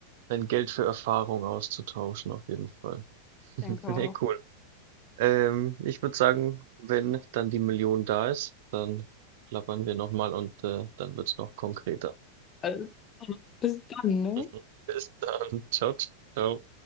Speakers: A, on the right; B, on the left.
A: dein Geld für Erfahrung auszutauschen, auf jeden Fall. <laughs>
B: denke
A: Ne,
B: auch.
A: cool. Ähm, ich würde sagen, wenn dann die Million da ist, dann plappern wir nochmal und äh, dann wird's noch konkreter.
B: Alles klar. Bis dann, ne?
A: <laughs> Bis dann. Ciao, ciao.